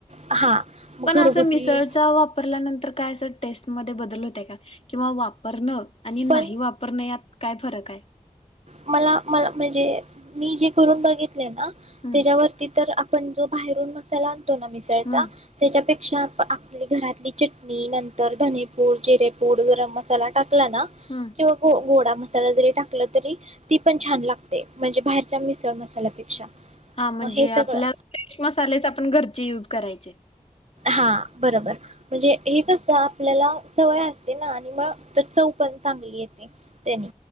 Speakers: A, on the right; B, on the left.
A: हा मग
B: पण
A: घरगुती
B: अस मिसळ वापरल्यानंतर काय अस टेस्ट मध्ये बदल होत काय किंवा वापरण. आणि
A: पण
B: नाही वापरणे यात काय फरक आहे.
A: मला मला म्हणजे मी जे करून बघित <unintelligible>
B: हम्म
A: त्याच्यावरती तर पण जो बाहेरून मसाला आण आणतो मिसळचा
B: हम्म
A: त्याच्यापे त्यापेक्षा आपली घरातली चटणी नंतर धनेपूड, जिरेपूड, गरम मसाला टाक टाकला ना,
B: हम्म
A: किंवा गोडा मसाला जरी टाकलत. तरी ती पण छान लागते म्हणजे बाहेरच्या मिसळ मसाल्यापेक्षा.
B: हा म्हणजे
A: मग हे सगळं
B: आपल्या मसालेच आपण घरचे युज करायचे.
A: हा बरोबर म्हणजे हे कस आपल्याला सवय असते ना आणि मग तर चव पण चांगली येते त्यानी